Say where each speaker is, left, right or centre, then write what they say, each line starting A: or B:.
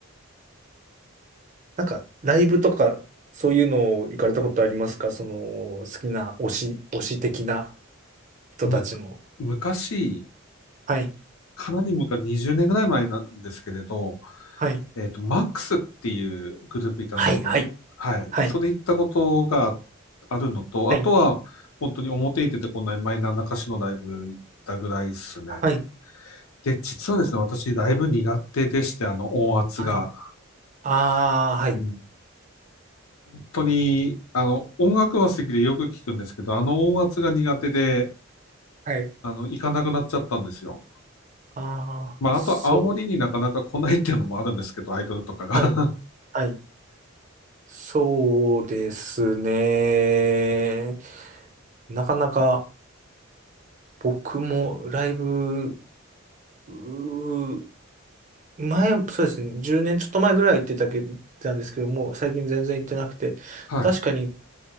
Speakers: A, on the right; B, on the left.
A: なんか、ライブとか、そういうのを行かれたことありますかその、好きな推し、推し的な人たちの。
B: <laughs> む、昔、
A: はい、
B: かなり昔、20年ぐらい前なんですけれど、
A: はい、
B: えっと、マックスっていうグループいたのこと、
A: はい、はい、
B: はい。
A: はい、
B: それ行ったことがあるのと、
A: はい、
B: あとは、本当に表に出てこないマイナーな歌手のライブ行ったぐらいですね。
A: はい、
B: で、実はですね、私、ライブ苦手でして、あの、音圧が。
A: はい。ああ、はい、
B: うん本当に、あの、音楽は好きでよく聞くんですけど、あの音圧が苦手で、
A: はい。
B: あの、行かなくなっちゃったんですよ。
A: あ
B: まあ、
A: あ、そう。
B: あと、青森になかなか来ないっていうのもあるんですけど、アイドルとかが。
A: はい、
B: <laughs>
A: はい。そうですね。なかなか僕もライブ、うー前、そうですね。10年ちょっと前ぐらい行ってたけ、たんですけども、最近全然行ってなくて、
B: はい。
A: 確かに、